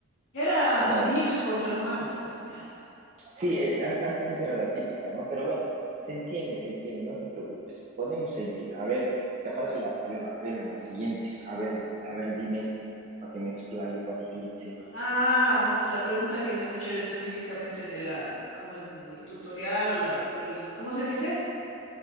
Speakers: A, on the left (about 60°); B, on the right (about 30°).
A: Era
B: No,
A: egipcios contra romanos, era. ya.
B: sí, eh, an- antes esa era la típica, ¿no? Pero bueno, se entiende, se entiende, no te preocupes. Podemos seguir. A ver, capaz yo la, yo la pelo en la siguiente. A ver, a ver, dime, para que me explaye, para que piense.
A: Ah, no, pues la pregunta que me has hecho era específicamente de la, de como el tutorial o la, o el, ¿cómo se dice?